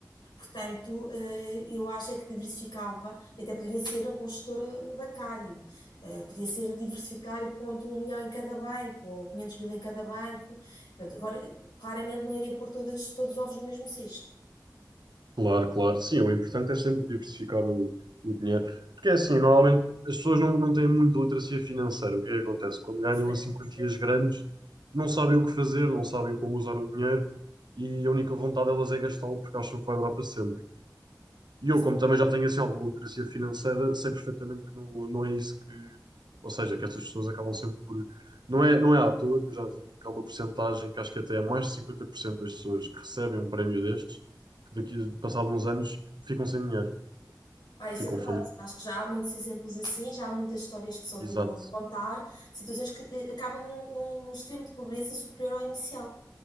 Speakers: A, on the left; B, on the right.
A: Portanto, eh, eu acho é que diversificava, e até poderia ser um gestor eh, bancário, Eh, podia ser diversificar e pondo um milhão em cada banco, ou 500 mil em cada banco. Portanto, agora, eh, claramente não iria pôr todas, todos os ovos no mesmo cesto,
B: Claro, claro. Sim, o importante é sempre diversificar o, o dinheiro. Porque é assim, normalmente as pessoas não, não têm muita literacia financeira. O que é que acontece? Quando ganham
A: certo?
B: assim quantias grandes, não sabem o que fazer, não sabem como usar o dinheiro e a única vontade delas é gastá-lo porque acham que vai durar para sempre. E
A: Exato.
B: eu, como também já tenho assim alguma literacia financeira, sei perfeitamente que não, não é isso que. Ou seja, que estas pessoas acabam sempre por. Não é, não é à toa que eu já vi que há uma porcentagem que acho que até é mais de 50% das pessoas que recebem um prémio destes, que daqui, passado uns anos, ficam sem dinheiro,
A: Ah, isso
B: ficam
A: é verdade.
B: falidos
A: Acho que já há muitos exemplos assim, já há muitas histórias que se ouviram
B: Exato.
A: contar, situações que eh, acabam num, num num extremo de pobreza superior ao inicial.